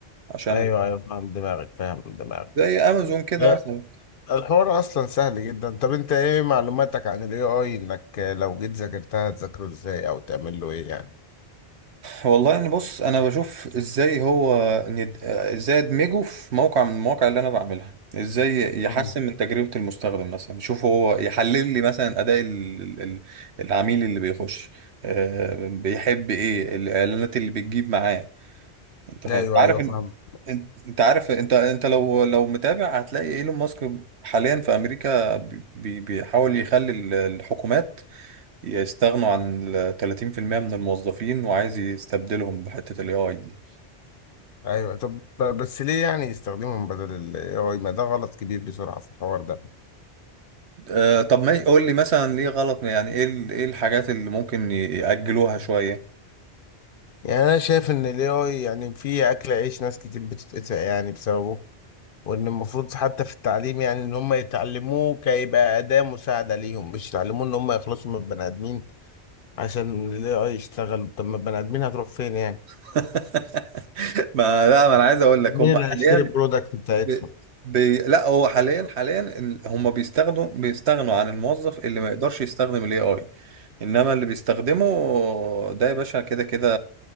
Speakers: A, on the right; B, on the left.
A: عشان
B: ايوه ايوه فاهم دماغك فاهم دماغك
A: زي امازون كده
B: لا،
A: مثلا
B: الحوار اصلا سهل جدا طب انت ايه معلوماتك عن الاي اي انك لو جيت ذاكرتها هتذاكره ازاي او تعمل له ايه يعني
A: والله يعني بص انا بشوف ازاي هو ند... ازاي ادمجه في موقع من المواقع اللي انا بعملها ازاي يحسن
B: مم.
A: من تجربة المستخدم مثلا يشوف هو يحلل لي مثلا اداء ال... ال- ال- العميل اللي بيخش آه، بيحب ايه الاعلانات اللي بتجيب معاه انت فاهم
B: ايوه
A: انت عارف
B: ايوه
A: ان...
B: فاهم
A: انت أنت عارف انت انت لو لو متابع هتلاقي ايلون ماسك حاليا في امريكا بي... بي- بيحاول يخلي ال- الحكومات يستغنوا عن ال 30% من الموظفين وعايز يستبدلهم بحتة ال AI دي
B: ايوه طب بس ليه يعني يستخدمهم بدل الاي اي ما ده غلط كبير بسرعه في الحوار ده
A: آه طب ما قول لي مثلا ليه غلط يعني ايه ال- ايه الحاجات اللي ممكن ي- يأجلوها شوية
B: يعني انا شايف ان الاي اي يعني في اكل عيش ناس كتير بتتقطع يعني بسببه وان المفروض حتى في التعليم يعني ان هم يتعلموه كيبقى اداة مساعدة ليهم مش يتعلموه ان هم يخلصوا من البني ادمين عشان ال AI يشتغل طب ما البني ادمين هتروح فين يعني
A: <laughs> ما لا ما انا عايز اقول لك
B: مين
A: هم
B: اللي
A: حاليا
B: هيشتري البرودكت بتاعتهم
A: ب... بي... لا هو حاليا حاليا ال- هم بيستخدموا بيستغنوا عن الموظف اللي ما يقدرش يستخدم الاي اي انما اللي بيستخدمه ده يا باشا كده كده